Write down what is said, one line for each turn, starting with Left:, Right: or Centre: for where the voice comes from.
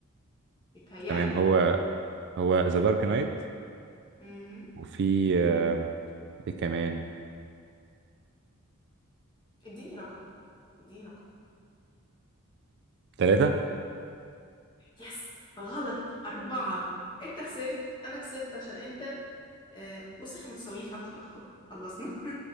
Left: بيتهيألي
Right: تمام
Left: يعني
Right: هو هو ذا دارك نايت
Left: امم
Right: وفي آه، ايه كمان
Left: اديني رقم اديني رقم
Right: ثلاثة
Left: يس غلط أربعة انت خسرت انا كسبت عشان انت آه، بص احنا متساويين في عدد الأخطاء خلصنا